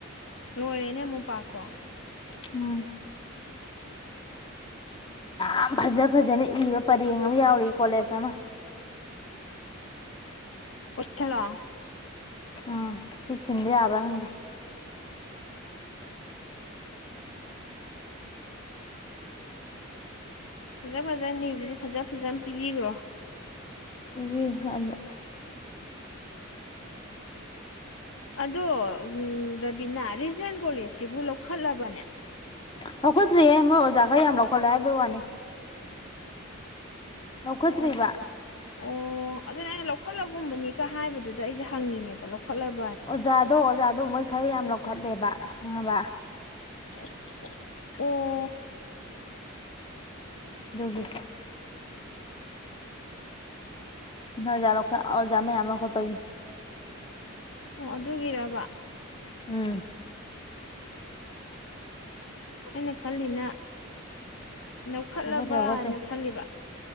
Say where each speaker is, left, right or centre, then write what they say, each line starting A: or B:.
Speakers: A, on the left; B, on the left.
A: ꯂꯣꯏꯔꯦꯅꯦ ꯃꯣꯝꯄꯥꯛꯇꯣ
B: ꯎꯝ ꯌꯥꯝ ꯐꯖ ꯐꯖꯅ ꯏꯕ ꯄꯔꯦꯡ ꯑꯃ ꯌꯥꯎꯔꯤ ꯀꯣꯂꯦꯖ ꯑꯃ
A: ꯄꯨꯂꯣ <unintelligible>
B: ꯎꯝ ꯁꯤ ꯁꯤꯟꯕ ꯌꯥꯕ꯭ꯔ ꯈꯪꯗꯦ
A: ꯐꯖ ꯐꯖꯅꯤꯕꯗꯤ ꯐꯖ ꯐꯖꯅ ꯄꯤꯕꯤꯈ꯭ꯔꯣ
B: ꯀꯩ ꯍꯥꯏꯅꫭ
A: ꯑꯗꯣ ꯔꯕꯤꯅꯥ ꯔꯤꯖꯅꯦꯜ ꯀꯣꯂꯦꯁꯁꯤꯕꯨ ꯂꯧꯈꯠꯂꯕꯅꯦ
B: ꯂꯧꯈꯠꯇ꯭ꯔꯤꯌꯦ ꯃꯣꯏ ꯑꯣꯖꯥ ꯈꯔ ꯌꯥꯝ ꯂꯧꯈꯠꯂꯦ ꯍꯥꯏꯕꯒꯤ ꯋꯥꯅꯤ ꯂꯧꯈꯠꯇ꯭ꯔꯤꯕ
A: ꯑꯣ ꯑꯣ ꯑꯗꯨꯅ ꯑꯩꯅ ꯂꯧꯈꯠꯂꯒꯨꯝꯕꯅꯤꯒ ꯍꯥꯏꯕꯗꯨꯗ ꯑꯩꯁꯦ ꯍꯪꯉꯤꯅꯦꯕ ꯂꯧꯈꯠꯂꯕ
B: ꯑꯣꯖꯥꯗꯣ ꯑꯣꯖꯥꯗꯣ ꯃꯣꯏ ꯈꯔ ꯌꯥꯝ ꯂꯧꯈꯠꯂꯦꯕ ꯈꯪꯉꯕ
A: ꯎꯝ ꯑꫭ <unintelligible>
B: ꯑꯗꯨꯒꯤ ꯅꯣꯏ ꯑꯣꯖꯥ ꯂꯧꯈꯠ ꯑꯣꯖꯥ ꯃꯌꯥꯝ ꯂꯧꯈꯠꯄꯒꯤ
A: ꯑꯣ ꯑꯗꯨꯒꯤꯔꯕ
B: ꯎꯝ
A: ꯑꯩꯅ ꯈꯜꯂꯤꯅ ꯂꯧꯈꯠꯂꯕꯅ
B: ꯂꯧꯈꯠꯇꯦ ꯂꯧꯈꯠꯇꯦ
A: ꯈꯜꯂꯤꯕ